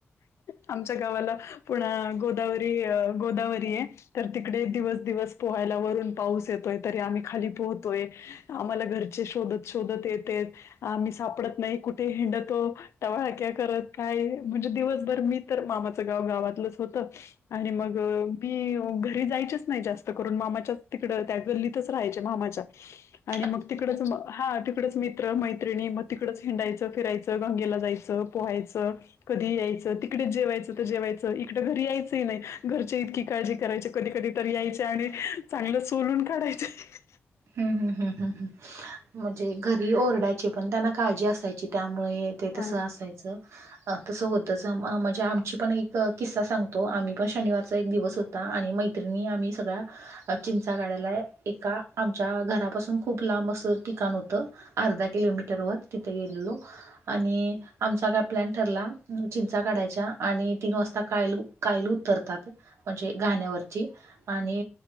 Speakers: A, on the left; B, on the right.
A: आमच्या गावाला पुन गोदावरी अ गोदावरी आहे. तर तिकडे दिवस-दिवस पोहायला वरून पाऊस येतोय तरी आम्ही खाली पोहतोय आम्हाला घरचे शोधत-शोधत येतेत आम्ही सापडत नाही कुठे हिंडतो टवाह्याक्या करत काय म्हणजे दिवसभर मी तर मामाचं गाव गावातलंच होतं. आणि मग मी घरी जायचेच नाही जास्त करून मामाच्याच तिकडं त्या गल्लीतच राहायचे मामाच्या.
B: <inaudible>
A: आणि मग तिकडच म हा तिक तिकडचं मित्र मैत्रिणी मग तिकडच हिंडायचं, फिरायचं, गंगेला जायचं, पोहायचं. कधी यायचं तिकडेच जेवायचं तर जेवायचं इक ड घरी यायचंही नाही घरची इतकी काळजी करायची कधी-कधी तरी यायचे आणि चांगलं सोलून काढायचंय.
B: हम्म हम्म हम्म हम्म हम्म म्हणजे घरी ओरडायचे पण त्यांना काळजी असायची त्यामुळे. ते
A: हा
B: तसं असायचं. अ तसं होतच अ म्हणजे आमची पण एक किस्सा सांगतो. आम्ही पण शनिवारचा एक दिवस हो अं आणि मैत्रिणी आम्ही सगळ्या चिंचा काढायला एका आमच्या घरापासून खूप लांब असं ठिकाण होतं. अर्धा किलोमीटरवर तिथे गेलेलो. आणि आमचा काय प्लॅन ठरला. चिंचा काढायच्या आणि तीन वाजता कायील कायली उतरतात म्हणजे घाण्यावरची आणि